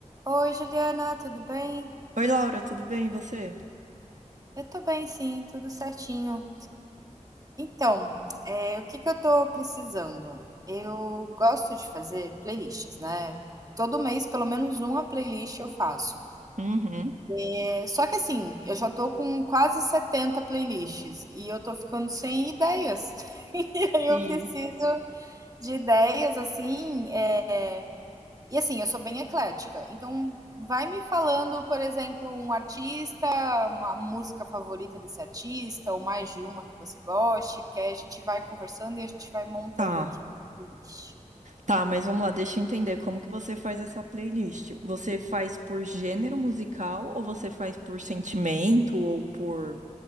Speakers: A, on the right; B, on the right.
A: Oi, Juliana, tudo bem?
B: Oi, Laura, tudo bem? E você?
A: Eu tô bem, sim, tudo certinho. Então, é, o que que eu tô precisando? Eu gosto de fazer playlists, né? Todo mês, pelo menos uma playlist eu faço.
B: Uhum.
A: É, só que assim, eu já tô com quase 70 playlists e eu tô ficando sem ideias. <laughs> E aí eu
B: Sim.
A: preciso de ideias, assim, é, E assim, eu sou bem eclética. Então, vai me falando, por exemplo, um artista, uma música favorita desse artista, ou mais de uma que você goste, porque aí a gente vai conversando e a gente vai montando
B: Tá,
A: aqui uma playlist.
B: tá, mas vamos lá, deixa eu entender como que você faz essa playlist. Você faz por gênero musical ou você faz por sentimento ou por,